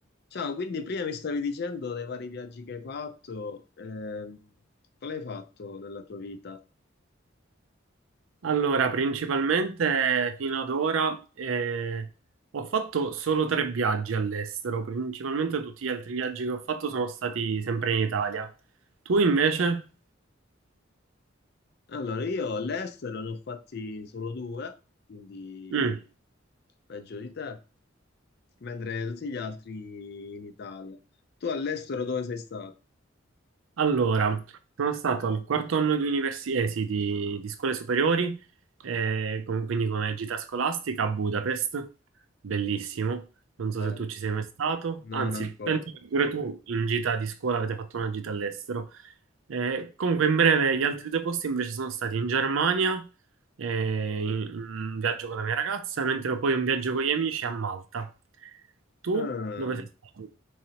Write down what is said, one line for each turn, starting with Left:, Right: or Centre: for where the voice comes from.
Left: Ciao, quindi prima mi stavi dicendo dei vari viaggi che hai fatto, ehm, quale hai fatto nella tua vita?
Right: Allora, principalmente fino ad ora eh, ho fatto solo tre viaggi all'estero, principalmente tutti gli altri viaggi che ho fatto sono stati sempre in Italia. Tu invece?
Left: Allora, io all'estero ne ho fatti solo due, quindi
Right: Mm.
Left: peggio di te, mentre tutti gli altri in Italia. Tu all'estero dove sei stato?
Right: Allora, sono stato al quarto anno di università, sì, di, di scuole superiori, eh, con- quindi come gita scolastica a Budapest, bellissimo. Non
Left: Bello,
Right: so se tu ci sei mai stato,
Left: non
Right: anzi,
Left: ancora.
Right: penso che pure tu in gita di scuola avete fatto una gita all'estero. Eh, comunque, in breve, gli altri due posti invece sono stati in Germania, eh, in- un viaggio con la mia ragazza, mentre poi un viaggio con gli amici a Malta. Tu
Left: Ah,
Right: dove sei stato?